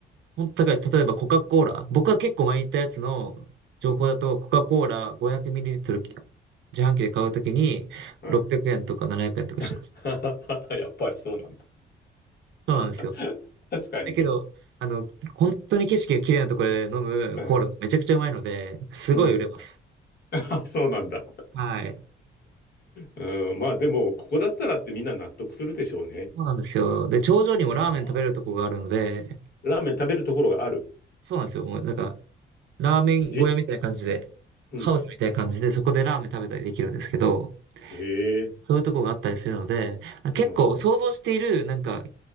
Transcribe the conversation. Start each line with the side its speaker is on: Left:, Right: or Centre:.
Right: 本当だから、例えばコカ・コーラ。僕は結構前に言ったやつの情報だと、
Left: うん。
Right: コカ・コーラ 500ml 自販機で買うときに600円とか700円とかします。
Left: はい。<laughs> やっぱりそうなんだ。
Right: そうなんですよ。
Left: <laughs> 確かにね。
Right: だけど、あの、本当に景色が綺麗なところで飲むコーラがめちゃくちゃうまいので、
Left: うん
Right: すごい売れます。
Left: うん。<laughs> あ、そうなんだ。
Right: はい。
Left: うん。まあ、でも、ここだったらってみんな納得するでしょうね。
Right: そうなんですよ。で、頂上にもラーメン食べれるとこがあるので、
Left: まあ、ラーメン食べるところがある。
Right: そうなんですよ。もうなんか、ラーメン小屋みたいな感じで、
Left: じ、うん。
Right: ハウスみたいな感じで、そこでラーメン食べたりできるんですけど、
Left: へえ。
Right: そういうとこがあったりするので、結構想像している、
Left: うんうん
Right: なんか、